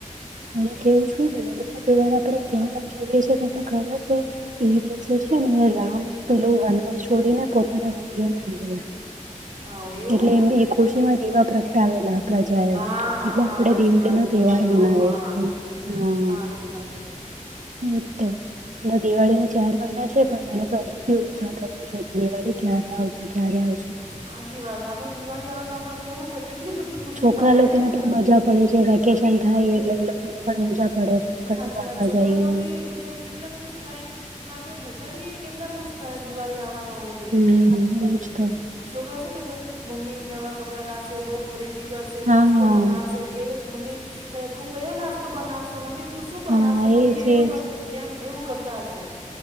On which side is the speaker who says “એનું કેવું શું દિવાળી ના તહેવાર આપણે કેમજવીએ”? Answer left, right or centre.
Right